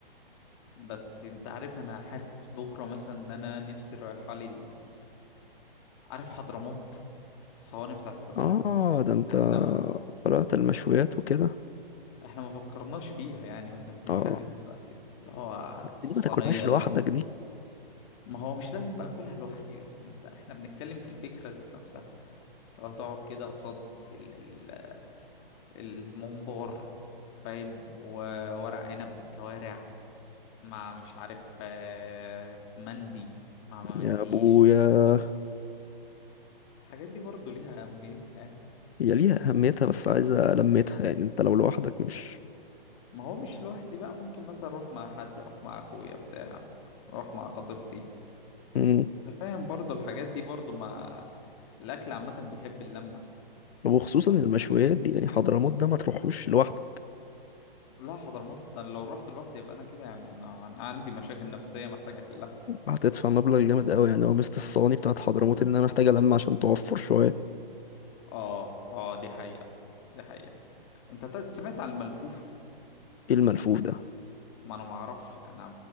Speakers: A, on the left; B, on the left.
A: بس انت عارف انا حاسس بكرة مثلا ان انا نفسي رايحة لي ال- عارف حضرموت الصواني بتاعت حضرموت
B: اه ده انت
A: احنا ما
B: طلعت المشويات وكده
A: احنا ما فكرناش فيها يعني واحنا بنتكلم
B: اه
A: دلوقتي اللي هو
B: بس
A: الصينية
B: دي ما تاكلهاش
A: اللي
B: لوحدك
A: فيها
B: دي
A: ما هو مش لازم بقى اكلها لوحدي بس انت احنا بنتكلم في الفكرة ذات نفسها لو هتقعد كده قصاد ال... ال... الممبار فاهم وورق عنب بالكوارع مع مش عارف آه، مندي مع ما
B: يا
A: منديش
B: ابويا
A: الحاجات دي برضه ليها أهميتها يعني
B: هي ليها اهميتها بس عايزه لمتها يعني انت لو لوحدك مش
A: ما هو مش لوحدي بقى ممكن مثلا أروح مع حد أروح مع أخويا بتاع أروح مع خطيبتي
B: مم.
A: أنت فاهم برضه الحاجات دي برضه مع الأكل عامة بيحب اللمة
B: وخصوصا
A: ف-
B: المشويات دي يعني حضرموت ده ما تروحوش لوحدك
A: لا حضرموت أنا لو رحت لوحدي يبقى أنا كده يعني أنا عن- عندي مشاكل نفسية محتاج أحلها
B: هتدفع مبلغ جامد قوي يعني هو مست الصواني بتاعت حضرموت انها محتاجه لمه عشان توفر شويه
A: آه آه دي حقيقة دي حقيقة أنت ت- سمعت عن الملفوف
B: ايه الملفوف ده
A: ما أنا معرفش يعني أنا